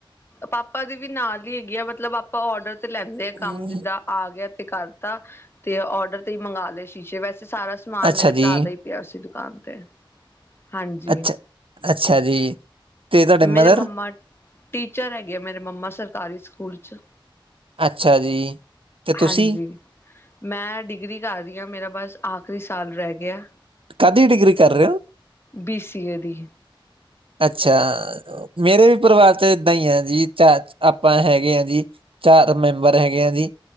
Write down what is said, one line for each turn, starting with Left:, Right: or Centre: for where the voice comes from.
Left: ਪਾਪਾ ਦੀ ਵੀ ਨਾਲ ਈ ਹੈਗੀ ਆ, ਮਤਲਬ ਆਪ ਆਪਾਂ ਔਡਰ ਤੇ ਲੈਂਨੇ
Right: ਹਮ,
Left: ਕੰਮ ਜਿੱਦਾਂ ਆ ਗਿਆ ਤੇ ਕਰਤਾ ਤੇ ਔਡਰ ਤੇ ਈ ਮੰਗਾ ਲਏ ਸ਼ੀਸ਼ੇ। ਵੈਸੇ ਸਾਰਾ ਸਮਾਨ
Right: ਅੱਛਾ
Left: ਮੇਰੇ
Right: ਜੀ
Left: ਭਰਾ ਦਾ ਈ ਪਿਆ ਸੀ ਦੁਕਾਨ ਤੇ। ਹਾਂਜੀ
Right: ਅੱਛਾ-ਅੱਛਾ ਜੀ। ਤੇ ਤੁਹਾਡੇ
Left: ਮੇਰੇ
Right: ਮਦਰ
Left: ਮੰਮਾ, ਟੀਚਰ ਹੈਗੇ ਆ ਮੇਰੇ ਮੰਮਾ ਸਰਕਾਰੀ ਸਕੂਲ 'ਚ
Right: ਅੱਛਾ ਜੀ ਤੇ ਤੁਸੀਂ
Left: ਹਾਂਜੀ, ਮੈਂ ਡਿਗਰੀ ਕਰ ਰਹੀ ਆ, ਮੇਰਾ ਬਸ ਆਖ਼ਰੀ ਸਾਲ ਰਹਿ ਗਿਆ।
Right: ਕਾਦੀ ਡਿਗਰੀ ਕਰ ਰੇ ਓ?
Left: ਬੀ, ਸੀ, ਏ ਦੀ।
Right: ਅੱਛਾ, ਮੇਰੇ ਵੀ ਪਰਿਵਾਰ 'ਚ ਏਦਾਂ ਈ ਆ ਜੀ, ਚਾ ਆਪਾਂ ਹੈਗੇ ਆ ਜੀ ਚਾਰ ਮੈਂਬਰ ਹੈਗੇ ਆ ਜੀ,